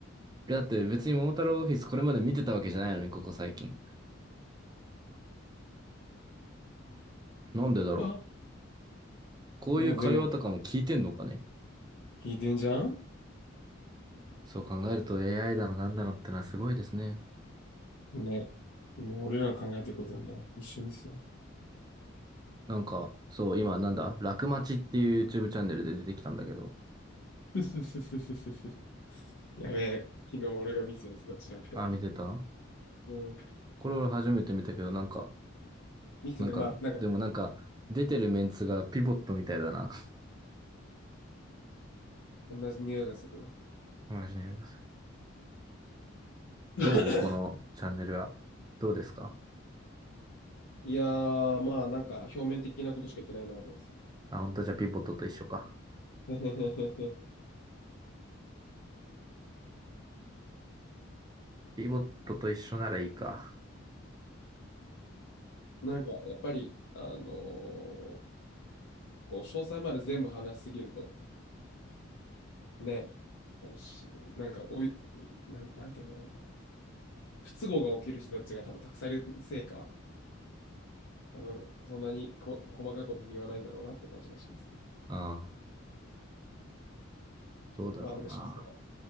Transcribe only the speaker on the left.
あ、
もうでも、聞いてんじゃん
ね。もう俺らの考えてることなんだ。一瞬ですよ。
<laughs> やべえ、昨日も俺がミスやつだ、ちらっと。
うん、
ミスってかまあ、
なんか、
同じ匂いがするわ。<laughs>
<coughs>
いやー、まあ、なんか、表面的なことしか言ってないな、と思います。
<laughs>
なんか、やっぱり、あのーこう、詳細まで全部話しすぎると、ね、多分し、なんか、おい、なん、なんて言うんだろうな。不都合が起きる人たちが多分たくさんいるせいか、多分そんなにこ細かいこと言わないんだろうなって感じがしますね。
まあ、だから、